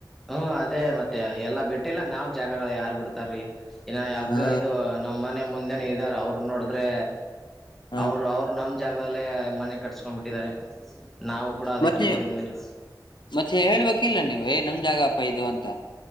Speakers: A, in the centre; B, on the left.
A: ಹ್ಮ ಅದೇ ಮತ್ತೆ ಎಲ್ಲಾ ಬಿಟ್ಟಿಲ್ಲ ನಾವ್ ಜಾಗಗಳ ಯಾರ್ ಬಿಡ್ತಾರ್ರೀ ಇನ್ನು ಯಗ್ಗ
B: ಹಾ
A: ಇದು ನಮ್ಮ್ ಮನೆ ಮುಂದೆನೆ ಇದ್ದಾರ್ ಅವರು ನೋಡಿದ್ರೆ
B: ಹಾ
A: ಅವರು ಅವರು ನಮ್ ಜಾಗದಲ್ಲೇ ಮನೆ ಕಟ್ಸ್ಕೊಂಡ್ ಬಿಟ್ಟಿದ್ದಾರೆ ನಾವು ಕೂಡ ಅದಕ್ಕೇನು
B: ಮತ್ತ
A: ಅಂದಿಲ್ಲ
B: ಮತ್ತೆ ಹೇಳ್ಬೇಕಿಲ್ಲ ನೀವು ಏ ನಮ್ ಜಾಗಪ ಇದು ಅಂತ